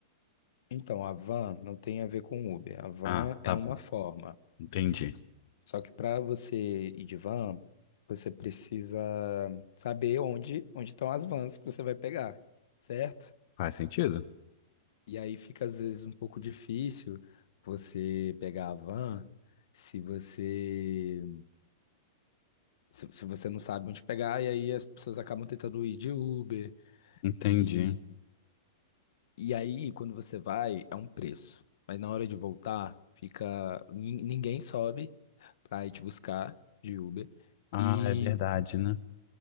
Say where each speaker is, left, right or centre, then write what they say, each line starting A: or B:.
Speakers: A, on the left; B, on the left.
A: Então, a van não tem a ver com Uber. A van
B: Ah, tá
A: é uma
B: bom.
A: forma.
B: Entendi.
A: S- Só que para você ir de van, você precisa saber onde, onde estão as vans que você vai pegar, certo?
B: Faz sentido?
A: E aí fica às vezes um pouco difícil você pegar a van se você se, se você não sabe onde pegar, e aí as pessoas acabam tentando ir de Uber.
B: Entendi.
A: E, e aí, quando você vai, é um preço. Mas na hora de voltar, fica. nin- Ninguém sobe pra ir te buscar de Uber.
B: Ah,
A: E
B: é verdade, né?